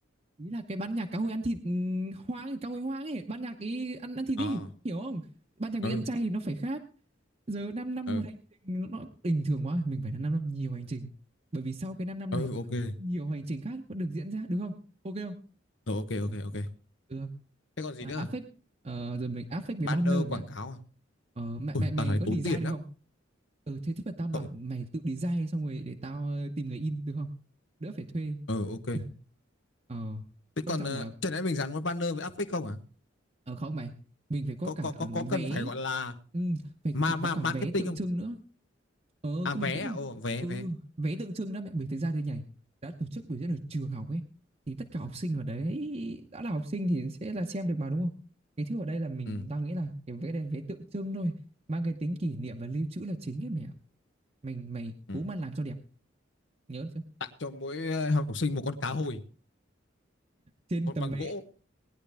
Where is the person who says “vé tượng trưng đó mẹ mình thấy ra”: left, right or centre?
Right